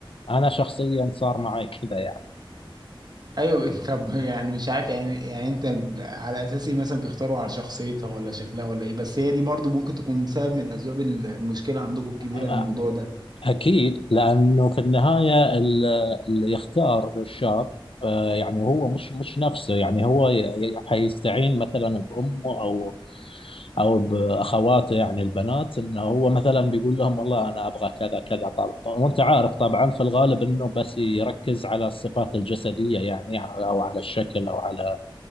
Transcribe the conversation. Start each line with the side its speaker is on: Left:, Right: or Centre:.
Left: أنا شخصيا صار معي كذا يعني
Right: ايوه <laughs> طب يعني مش عارف يعني يعني انت على اساس ايه مثلا بتختاروا على شخصيتها ولا شكلها ولا ايه بس هي دي برضو ممكن تكون سبب من اسباب المشكله عندكم الكبيره
Left: <laughs>
Right: للموضوع ده
Left: أكيد لأنه في النهاية ال- اللي يختار الشاب آه، يعني هو مش مش نفسه يعني هو ي- ي- حيستعين مثلا بأمه او او باخواته يعني البنات انه هو مثلا بيقول لهم والله انا ابغى كذا كذا طبعا وانت عارف طبعا في الغالب انه بس يركز على الصفات الجسديه يعني يعني او على الشكل او على